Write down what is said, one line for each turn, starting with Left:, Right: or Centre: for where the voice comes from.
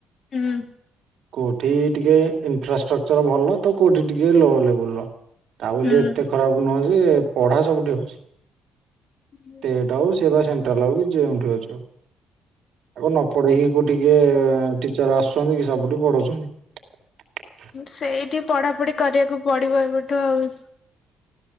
Left: ହୁଁ।
Right: କୋଉଠି ଟିକେ ଇନଫ୍ରାଷ୍ଟ୍ରକ୍ଚର ଭଲ ତ କୋଉଠି ଟିକେ ଲୋ ଲେବୁଲ ର। ତା ବୋଲି
Left: ହୁଁ
Right: ଏତେ ଖରାପ ନୁହଁ ଯେ ପଢା ସବୁଠି ହୋଉଛି।
Left: <inaudible>
Right: ଟା ହଉ ସିଏ ବା ସେଣ୍ଟ୍ରାଲ ହଉ ଯେଉଁଠି ହଉଛି ହଉ। ଆ କ ନ ପଢେଇକି କଉଠି କିଏ ଟିଚର ଆସୁଛନ୍ତି କି ସବୁଠି ପଢଉଛନ୍ତି।
Left: ସେଇଠି ପଢା ପଢି କରିବାକୁ ପଡିବ ଏବେଠୁ ଆଉ।